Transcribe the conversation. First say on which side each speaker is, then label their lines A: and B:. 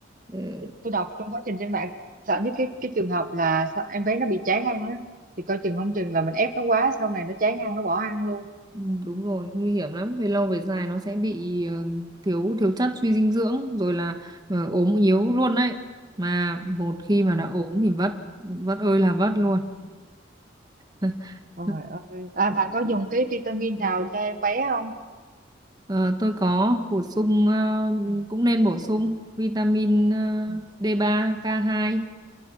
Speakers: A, on the right; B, on the right.
A: ừ,
B: tôi đọc trong quá trình trên mạng sợ nhất cái cái trường hợp là sao em bé nó bị chán ăn á thì coi chừng không chừng là mình ép nó quá sau này nó chán ăn nó bỏ ăn luôn
A: Ừ, đúng rồi nguy hiểm lắm về lâu về dài nó sẽ bị ờ, thiếu thiếu chất suy dinh dưỡng rồi là ờ, ốm yếu luôn đấy mà một khi
B: Ừ.
A: mà đã ốm thì vất vất ơi là vất luôn <laughs>
B: Trời ơi. À, bà có dùng cái vitamin nào cho em bé không?
A: Ờ, tôi có bổ sung ờ,
B: Ừ.
A: cũng nên bổ sung vitamin ờ,
B: Ừ.
A: d ba k hai